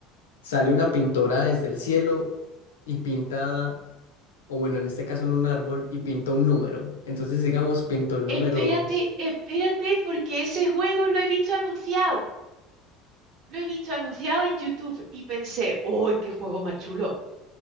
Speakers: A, on the left (about 90°); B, on the right (about 60°).
A: sale una pintora desde el cielo y pinta, o bueno, en este caso en un árbol, y pinta un número. Entonces, digamos, pintó el número.
B: Espérate, espérate, porque ese juego lo he visto anunciado. Lo he visto anunciado en YouTube y pensé, ¡uy, qué juego más chulo!